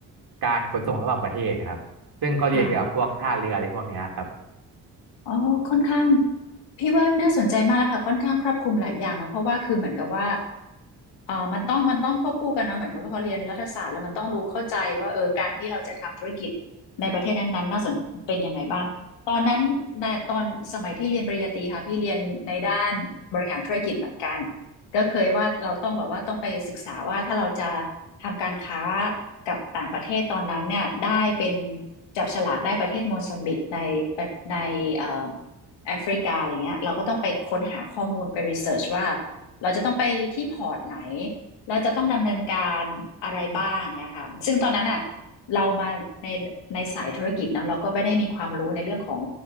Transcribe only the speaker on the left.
ค่ะอ๋อค่อนข้างพี่ว่าน่าสนใจมากแล้วค่ะค่อนข้างครอบคลุมหลายอย่างนะเพราะว่าคือเหมือนกับว่า เอ่อมันต้องมันต้องควบคู่กันเนาะเหมือนกับว่าพอเรียนรัฐศาสตร์แล้วมันต้องรู้เข้าใจว่าเออการที่เราจะทำธุรกิจในประเทศนั้นๆน่าสนเป็นยังไงบ้างตอนนั้นในตอนสมัยที่เรียนปริญญาตรีค่ะพี่เรียนในด้านบริหารธุรกิจเหมือนกันก็เคยว่าเราต้องแบบว่าต้องไปศึกษาว่าถ้าเราจะทำการค้ากับต่างประเทศตอนนั้นเนี่ยได้เป็นจับฉลากได้ประเทศโมซัมบิกในในเอ่อแอฟริกาอะไรเงี้ยเราก็ต้องไปค้นหาข้อมูลไปรีเสิร์ชว่า เราจะต้องไปที่พอร์ตไหนเราจะต้องดำเนินการอะไรบ้างเนี่ยค่ะซึ่งตอนนั้นอ่ะเรามาในในสายธุรกิจเนาะเราก็ไม่ได้มีความรู้ในเรื่องของ